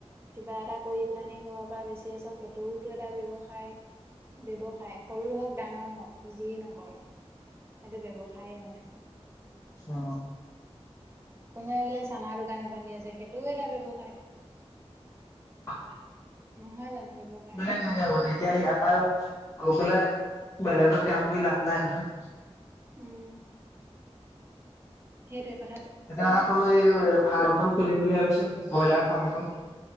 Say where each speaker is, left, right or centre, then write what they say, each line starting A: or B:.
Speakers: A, on the right; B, on the left.
A: কিবা এটা কৰি পেলানি ঘৰৰ পৰা বেচি আছ সেইটোওতো এটা ব্যয়ৱসায়। ব্যয়ৱসায় সৰু হওক ডাঙৰ হওক যিয়ে নকৰ সেইটো ব্যয়ৱসায়। খায়ে হয়।
B: অ।
A: কোনোৱাই বোলে চানা দোকান এখন দি আছে সেইটোও এটা ব্যৱসায়।
B: হয়।
A: নহয় জানো। ব্যৱসায়
B: বেলেগ
A: সেইটো।
B: কেনেকে হত এতিয়া আ পায়। আকৌ পেলাই বেলেগত কাম কৰি লাভ নাই নহয়।
A: উম। সেইটোৱে কথা।
B: এতিয়া আকৌ এই ফাৰ্ম এখন খুলিম বুলি ভাবিছো ব্ৰইলাৰ ফাৰ্ম এখন।